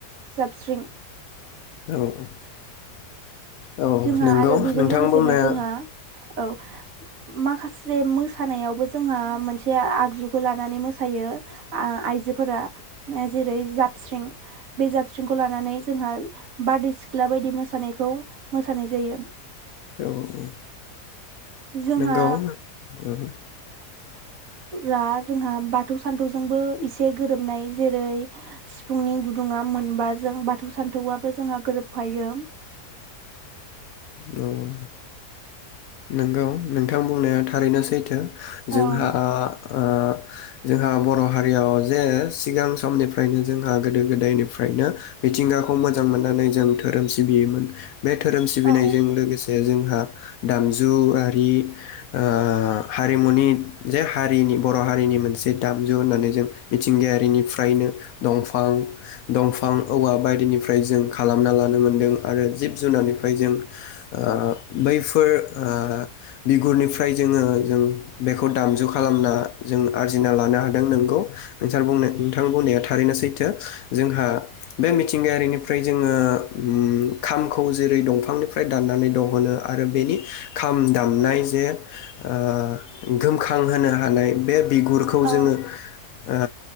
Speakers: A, on the right; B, on the left.
A: जाबस्रिं
B: औ औ औ
A: जोंहा
B: नंगौ
A: आरो बेजों
B: नोंथां
A: लोगोसेनो
B: बुंनाया
A: जोंहा औ माखासे जे मोसानायावबो जोंहा मोनसे आगजुखौ लानानै मोसायो आ-आइजोफोरा जेरै जाबस्रिं बे जाबस्रिंखौ लानानै जोंहा बारदै सिख्ला बायदि मोसायो मोसानायखौ मोसानाय जायो
B: औ औ औ
A: जोंहा
B: नंगौ औ ओं
A: रा जोंहा बाथौ सान्थौ जोंबो एसे गोरोबनाय जेरै सिफुंनि गुदुङा मोनब जों बाथौ सान्थौआबो जोंहा गोरोबफायो।
B: औ औ नंगौ नोंथां बुंनाया थारैनो सैथो।
A: औ
B: जोंहा आ ओ जोंहा बर' हारियाव जे सिगां समनिफ्रायनो जोंहा गोदो- गोदायनिफ्रायनो मिथिंगाखौ मोजां मोननानै जों धोरोम सिबियोमोन बे धोरोम सिबिनायजों
A: औ
B: लोगोसे जों हा दामजु आरि ओ हारिमुनि जे हारिनि बर' हारिनि मोनसे दामजु होननानै जों मिथिंगायारिनिफ्रायनो दंफां दंफां औवा बायदिनिफ्राय जों खालामना लानो मोनदों आरो जिब जुनारनिफ्राय जों ओ बै फोर ओ बिगुरनिफ्राय जोङो जों बेखौ दामजु खालामना जों आरजिना लानो हादों नोंगौ नोंथां- नोंथां बुंनाया थारैनो सैथो जोंहा बे मिथिंगायारिनिफ्राय जोङो ओम खामखौ जेरै दंफांनिफ्राय दाननानै दंहनो आरो बेनि खाम दामनाय जे ओ गोमखां होनो हानाय बे बिगुरखौ
A: औ
B: जोङो ओ